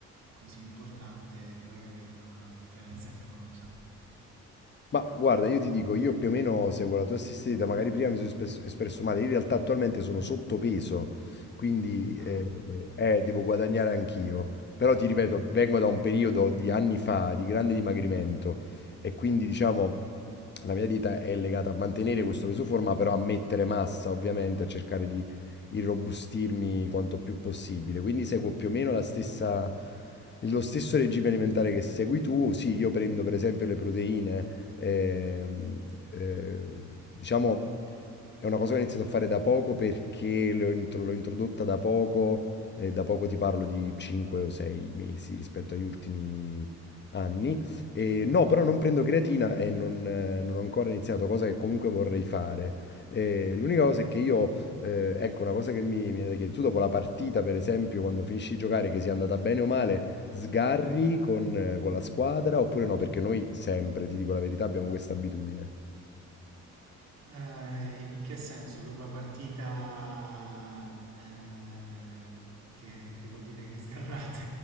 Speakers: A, on the right; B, on the left.
A: così importante, però io vedo una differenza clamorosa.
B: Ma guarda, io ti dico, io più o meno seguo la tua stessa idea, magari prima mi sono espresso, espresso male, in realtà attualmente sono sottopeso, quindi eh,
A: Ah,
B: eh, devo guadagnare anch'io, però ti ripeto, vengo da un periodo di anni fa di grande dimagrimento e quindi diciamo la mia dieta è legata a mantenere questo peso forma, però a mettere massa ovviamente, a cercare di irrobustirmi quanto più possibile, quindi seguo più o meno la stessa... Lo stesso regime alimentare che segui tu, sì, io prendo per esempio le proteine, ehm, eh, diciamo, è una cosa che ho iniziato a fare da poco perché l'ho intro- l'ho introdotta da poco, eh, da poco ti parlo di 5 o 6 mesi rispetto agli ultimi anni. E no, però non prendo creatina e non, eh, non ho ancora iniziato, cosa che comunque vorrei fare. Eh, l'unica cosa è che io, eh, ecco, una cosa che mi, mi viene da chiedere, tu dopo la partita, per esempio, quando finisci di giocare, che sia andata bene o male, sgarri con, eh, con la squadra oppure no? Perché noi sempre, ti dico la verità, abbiamo questa abitudine.
A: eh, in che senso? Dopo la partita, eh, che, che vuol dire che sgarrate,